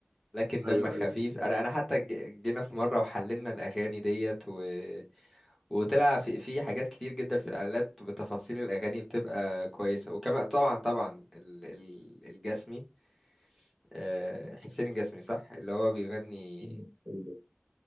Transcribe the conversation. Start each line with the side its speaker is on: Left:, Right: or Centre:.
Centre: لكن دمك
Right: ايوه
Centre: خفيف
Right: ايوه
Centre: انا انا حتى ج- جينا في مره وحللنا الاغاني ديت و... وطلع في في حاجات كتير جدا في الاعلانات بتفاصيل الاغاني بتبقى كويسه وكمان طبعا طبعا ال... ال... الجسمي آه، حسين الجسمي صح اللي هو بيغني
Right: مين حسين جسمي